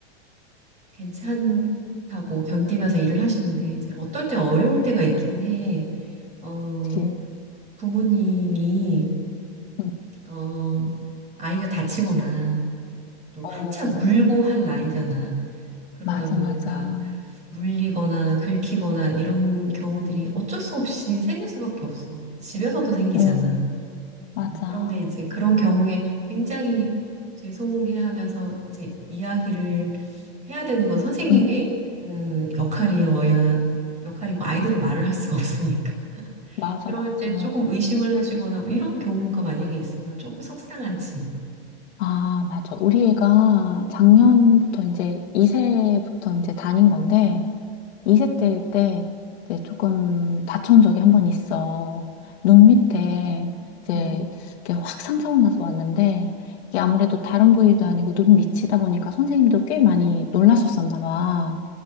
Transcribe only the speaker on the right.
괜찮다고 견디면서 일을 하시는데, 이제 어떨 때 어려울 때가 있긴 해. 어,
부모님이,
어, 아이가 다치거나 또
한참 물고 할 나이잖아. 그러다
보니까
물리거나 긁히거나 이런 경우들이 어쩔 수 없이 생길 수밖에 없어. 집에서도 생기잖아.
음, 그런데 이제 그런 경우에 굉장히 죄송해 하면서 이제 이야기를 해야 되는 건 선생님의
음, 역할이어야, 역할이고 아이들은 말을 할 수가 없으니까.
그럴
때 조금 의심을 하시거나 뭐 이런 경우가 만약에 있으면 조금 속상하지.
음,